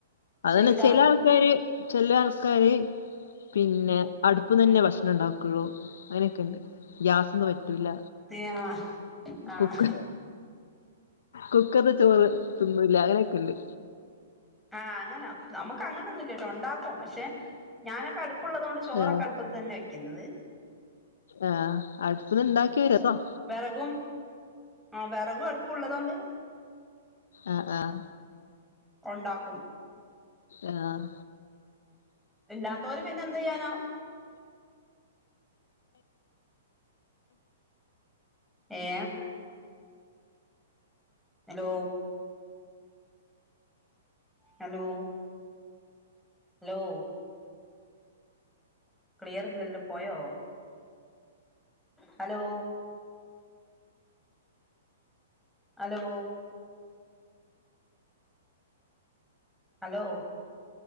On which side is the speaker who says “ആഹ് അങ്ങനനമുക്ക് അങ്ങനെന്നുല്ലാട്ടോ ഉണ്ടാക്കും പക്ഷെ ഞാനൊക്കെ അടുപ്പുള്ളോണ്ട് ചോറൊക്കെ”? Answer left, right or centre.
Centre